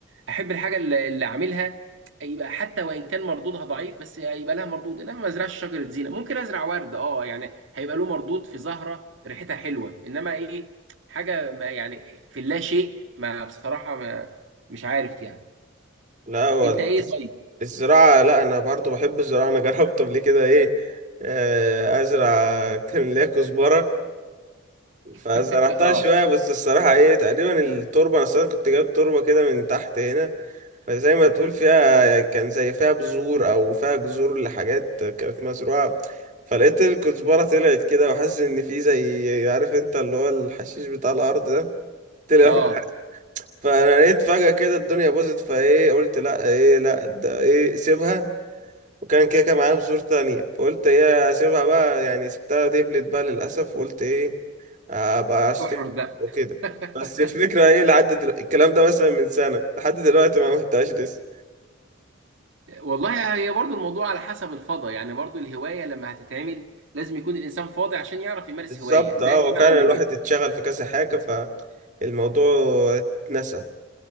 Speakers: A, on the right (about 65°); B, on the right (about 35°).
A: احب الحاجه اللي اللي اعملها يبقى حتى وان كان مردودها ضعيف بس يبقى لها مردود انما ما ازرعش شجره زينه ممكن ازرع ورد اه يعني هيبقى له مردود في زهره ريحتها حلوه انما ايه حاجه ما يعني في اللا شيء ما بصراحه ما مش عارف يعني
B: لا وال-
A: انت ايه طيب
B: الزراعة لا أنا برضو بحب الزراعة أنا <laughs> جربت قبل كده إيه آه، أزرع كان ليا كزبرة فزرعتها
A: <laughs> اه
B: شوية بس الصراحة ايه تقريبا التربة أنا أصلا كنت جايب تربة كده من تحت هنا فزي ما تقول فيها كان زي فيها بذور أو فيها جذور لحاجات كانت مزروعة فلقيت الكزبرة طلعت كده وحاسس إن في زي عارف أنت اللي هو الحشيش بتاع الأرض ده طلع
A: اه
B: <laughs> فأنا لقيت فجأة كده الدنيا باظت فايه قلت لأ ايه لأ ده ايه سيبها وكان كده كان معايا بذور تانية فقلت ايه سيبها بقى يعني سبتها دبلت بقى للأسف وقلت ايه ابقى اشتري
A: احرد بقى
B: وكده
A: <laughs>
B: بس الفكره ايه لحد دل... الكلام ده مثلا من سنه لحد دلوقتي ما عملتهاش لسه
A: والله هي برضو الموضوع على حسب الفضا يعني برضو الهواية لما هتتعمل لازم يكون الإنسان فاضي عشان يعرف يمارس
B: بالظبط
A: هواية زي
B: اه
A: الجماعة
B: هو فعلا
A: اللي
B: الواحد
A: بي...
B: اتشغل في كذا حاجه فالموضوع اتنسى